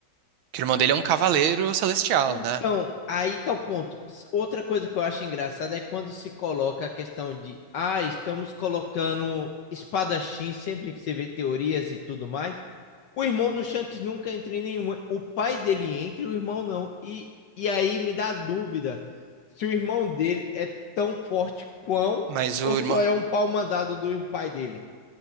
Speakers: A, on the right; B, on the left.
A: Que o irmão dele é um cavaleiro celestial,
B: Então,
A: né?
B: aí tá o ponto. Outra coisa que eu acho engraçada é quando se coloca a questão de, ah, estamos colocando espadachim sempre que você vê teorias e tudo mais. O irmão do Shanks nunca entra em nenhuma. O pai dele entra e o irmão não. E, e aí me dá dúvida se o irmão dele é tão forte quão
A: Mas
B: ou
A: o
B: só
A: irmão.
B: é um pau mandado do pai dele.